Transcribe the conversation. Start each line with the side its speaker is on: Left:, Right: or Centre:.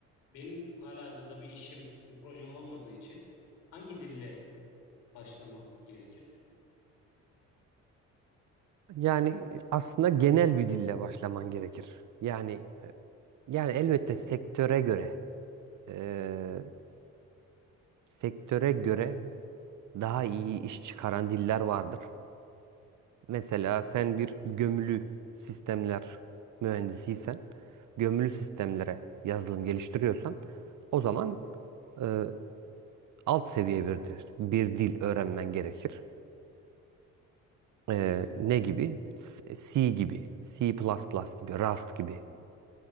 Left: benim halihazırda bir işim, bir projem olmadığı için hangi dille başlamam gerekir?
Right: Yani aslında genel bir dille başlaman gerekir. Yani yani elbette sektöre göre, eee, sektöre göre daha iyi iş çıkaran diller vardır. Mesela sen bir gömülü sistemler mühendisiysen, gömülü sistemlere yazılım geliştiriyorsan, o zaman e, alt seviye bir dil, bir dil öğrenmen gerekir. E,
Left: Hmm,
Right: ne gibi? S- C gibi, C++ gibi, Rust gibi,